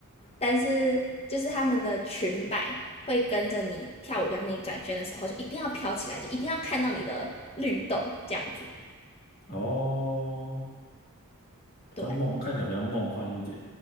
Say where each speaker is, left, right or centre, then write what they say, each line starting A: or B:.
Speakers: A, on the left; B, on the left.
A: 但是就是他们的裙摆会跟着你跳舞，比方你转圈的时候，就一定要飘起来，就一定要看到你的律动这样子。
B: 哦，比较梦，
A: 对
B: 看起来比较梦幻一点，